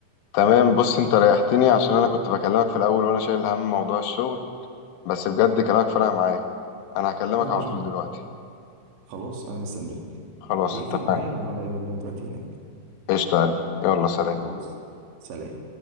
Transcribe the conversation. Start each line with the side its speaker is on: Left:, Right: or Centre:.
Left: تمام بص انت ريحتني عشان انا كنت بكلمك في الاول وانا شايل هم موضوع الشغل بس بجد كلامك فرق معايا انا هكلمك
Right: يا
Left: على
Right: باشا
Left: طول دلوقتي
Right: خلاص انا مستنيك
Left: خلاص
Right: اقفل
Left: اتفقنا
Right: معايا وتعالى يلا بينا دلوقتي هناك
Left: قشطة يا قلبي يلا سلام
Right: خلاص سلام